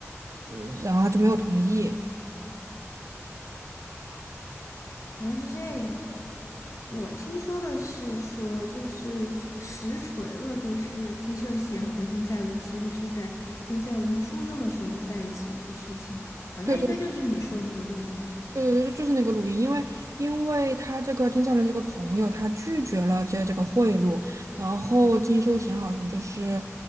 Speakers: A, on the right; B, on the left.
A: 呃然后他就没有同意。
B: 原来是这样。我听说的是说，就是只实锤了，就是金秀贤和金赛纶其实是在金赛纶初中的时候就在一起的一个事情，好像应该就是你说的那个录音。
A: 对对对对对，就是那个录音，因为因为他这个金兆伦这个朋友，他拒绝了这这个贿赂，然后金秀贤好像就是